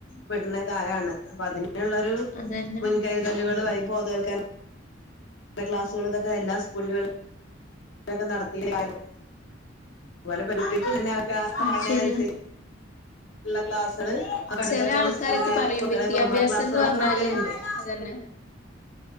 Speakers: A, on the left; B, on the left.
A: പെടുന്ന കാലമാണ് അപ്പൊ അതിനുള്ളൊരു
B: അതന്നെ
A: മുൻകരുതലുകൾ ബോധവത്കരണ ക്ലാസ്സുകൾ ഇതൊക്കെ എല്ലാ സ്കൂളുകളും ഒക്കെ നടത്തിയിരുന്നു. അതുപോലെ പെണ് <unintelligible> കുട്ടികൾക്ക് പ്രായത്തിനനുസരിച്
B: അത് ശരിയാ
A: ഉള്ള ക്ലാസുകൾ കണ്ടതോ
B: ചെല
A: ക്കെ നമ്മൾ
B: ആൾക്കാരൊക്കെ
A: സ്കൂളിൽ
B: പറയും
A: കുട്ടികൾക്ക്
B: വിദ്യാഭ്യാസം
A: ക്ലാസ്സുകളിലൊക്കെ
B: എന്ന് പറഞ്ഞാല്
A: എ ടുക്കലുണ്ട്. <inaudible> <inaudible>
B: അതന്നെ